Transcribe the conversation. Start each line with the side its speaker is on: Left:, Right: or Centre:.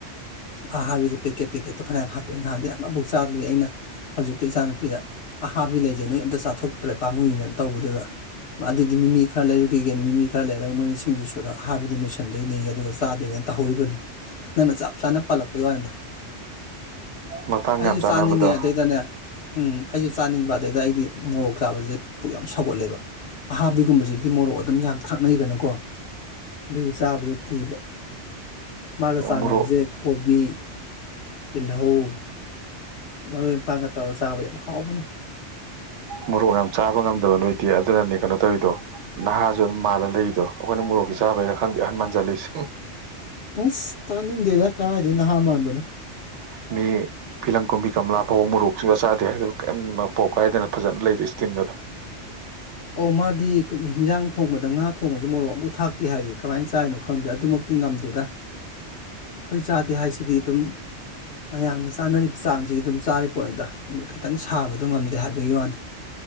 Left: ꯑꯍꯥꯕꯤꯗ ꯄꯦꯛꯀꯦꯠ ꯄꯦꯛꯀꯦꯠꯇꯣ ꯐꯅꯌꯥꯝ ꯍꯥꯞꯄꯛꯑꯦ ꯉꯍꯥꯟꯗ ꯌꯥꯝ ꯑꯃꯨꯛ ꯆꯥꯗ꯭ꯔꯤ ꯑꯩꯅ ꯍꯧꯖꯤꯛꯇ ꯏꯆꯥꯅꯨꯄꯤꯗ ꯑꯍꯥꯕꯤ ꯂꯩꯖꯦ ꯅꯣꯏ ꯑꯝꯇ ꯆꯥꯊꯣꯛꯇ꯭ꯔꯦ ꯄꯥꯃꯨꯏꯅꯦꯅ ꯇꯧꯕꯗꯨꯗ ꯑꯗꯨꯗꯤ ꯃꯤꯃꯤ ꯈꯔ ꯂꯩꯔꯨꯈꯤꯒꯦꯅ ꯃꯤꯃꯤ ꯈꯔ ꯂꯩꯔꯨ ꯅꯤ ꯁꯤꯡꯖꯤ ꯁꯨꯗꯣꯏ ꯅꯤ ꯍꯥꯏꯕꯗꯨ ꯂꯣꯏꯁꯤꯟꯗꯣꯏꯅꯤ ꯑꯗꯨꯒ ꯆꯥꯗꯣꯏꯅꯦ ꯇꯧꯍꯧꯔꯤꯕꯅꯤ ꯅꯪꯅ ꯆꯞ ꯆꯥꯅ ꯄꯥꯜꯂꯛꯄꯩ ꯋꯥꯅꯤꯗ
Right: ꯃꯇꯥꯡ
Left: ꯑꯩꯁꯨ
Right: ꯌꯥꯝ ꯆꯥꯅꯕꯗꯣ
Left: ꯆꯥꯅꯤꯡꯉꯦ ꯑꯗꯩꯩꯗꯅꯦ ꯎꯝ ꯑꯩꯁꯨ ꯆꯥꯅꯤꯡꯕ ꯑꯗꯩꯗ ꯑꯩꯗꯤ ꯃꯣꯔꯣꯛ ꯆꯥꯕꯁꯦ ꯄꯨꯛ ꯌꯥꯝ ꯁꯧꯒꯠꯂꯦꯕ ꯑꯍꯥꯕꯤꯒꯨꯝꯕꯁꯤꯗꯤ ꯃꯣꯔꯣꯛ ꯑꯗꯨꯝ ꯌꯥꯝ ꯊ ꯉꯩꯗꯅꯀꯣ ꯑꯗꯨꯒꯤ ꯆꯥꯕꯗꯨ ꯀꯤꯕ ꯃꯥꯒ ꯆꯥꯟꯅꯕꯁꯦ
Right: ꯃꯣꯔꯣꯛ
Left: ꯀꯣꯕꯤ ꯇꯤꯜꯍꯧ ꯃꯔꯣꯏ ꯃꯄꯥꯡꯒ ꯇꯧꯔꯒ ꯆꯥꯕ ꯌꯥꯝ ꯍꯥꯎꯕꯅꯦ
Right: ꯃꯣꯔꯣꯛ ꯌꯥꯝ ꯆꯥꯕ ꯉꯝꯗꯕ ꯅꯣꯏꯗꯤ ꯑꯗꯨꯅꯅꯦ ꯀꯩꯅꯣ ꯇꯧꯋꯤꯗꯣ ꯅꯍꯥꯁꯨ ꯑꯗꯨꯝ ꯃꯥꯜꯂ ꯂꯩꯗꯣ ꯑꯩꯈꯣꯏꯅ ꯃꯣꯔꯣꯛꯁ ꯆꯥꯕꯩꯔꯥ ꯈꯪꯗꯦ ꯑꯍꯟ ꯃꯟꯖꯜꯂꯤꯁ
Left: ꯑꯁ ꯇꯥꯅꯤꯡꯗꯦꯗ ꯀꯥꯏꯗ ꯅꯍꯥ ꯃꯥꯟꯕꯅꯣ
Right: ꯃꯤ ꯐꯤꯂꯝ ꯀꯨꯝꯕꯤ ꯀꯃꯂꯥ ꯐꯥꯎ ꯃꯣꯔꯣꯛꯁꯤꯒ ꯆꯥꯗꯦ ꯍꯥꯏꯗ ꯀꯔꯤꯝ ꯄꯣꯛ ꯀꯥꯏꯗꯅ ꯐꯖꯅ ꯂꯩꯔꯤ ꯏꯁꯀꯤ꯭ꯔꯤꯟꯒꯗꯣ
Left: ꯑꯣ ꯃꯥꯗꯤ ꯍꯤꯟꯖꯥꯡ ꯊꯣꯡꯕꯗ ꯉꯥ ꯊꯣꯡꯕꯁꯨ ꯃꯣꯔꯣꯛ ꯑꯃꯨꯐꯛ ꯊꯥꯛꯇꯦ ꯍꯥꯏꯌꯦ ꯀꯃꯥꯏꯅ ꯆꯥꯏꯔꯤꯅꯣ ꯈꯪꯗ꯭ꯔꯦ ꯑꯗꯨꯃꯛꯇꯤ ꯉꯝꯗꯦꯗ ꯑꯩꯈꯣꯏ ꯆꯥꯗꯦ ꯍꯥꯏꯁꯤꯗꯤ ꯑꯗꯨꯝ ꯃꯌꯥꯝꯅ ꯆꯥꯅꯔꯤꯕ ꯆꯥꯡꯁꯤ ꯑꯗꯨꯝ ꯆꯥꯔꯤ ꯄꯣꯠꯅꯤꯗ ꯈꯤꯇꯪ ꯁꯥꯕꯗꯣ ꯉꯝꯗꯦ ꯍꯥꯏꯕꯒꯤ ꯋꯥꯅꯤ